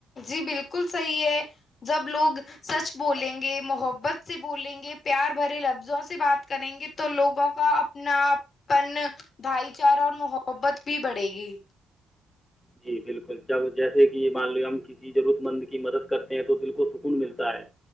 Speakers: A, on the left; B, on the left.
A: جی بالکل صحیح ہے جب لوگ سچ بولیں گے محبت سے بولیں گے پیار بھرے لفظوں سے بات کریں گے تو لوگوں کا اپنا اپن بھائی چارہ اور محبت بھی بڑھے گی
B: جی بالکل جب جیسے کہ مان لو ہم کسی ضرورت مند کی مدد کرتے ہیں تو دل کو سکون ملتا ہے